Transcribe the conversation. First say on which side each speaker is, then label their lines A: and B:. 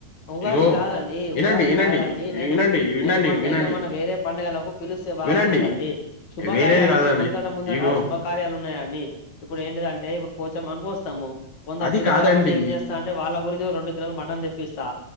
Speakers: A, on the left; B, on the left.
A: ఉగాది
B: ఇగో
A: కాదండి
B: ఇనండి,
A: ఉగాది
B: ఇనండి,
A: కాదండి నేను
B: ఇనండి, ఇనండి,
A: నేనేమన్నా
B: వినండి.
A: నేనేమన్నా వేరే పండుగలకు పిలిస్తే బాగుంటదండి
B: వినండి.
A: శుభకార్యాలు
B: వేరేది కాదండి.
A: ఇప్పుడు ముందటముందట
B: ఇగో
A: శుభకార్యాలు ఉన్నాయండి ఇప్పుడు ఏంటిది అంటే పోచమ్మకు కోస్తారు తంబు కొందరు
B: అది
A: తినారు
B: కాదండి.
A: కాబట్టి ఏం చేస్తా అంటే రెండు కిలోలు మటన్ తెప్పిస్తా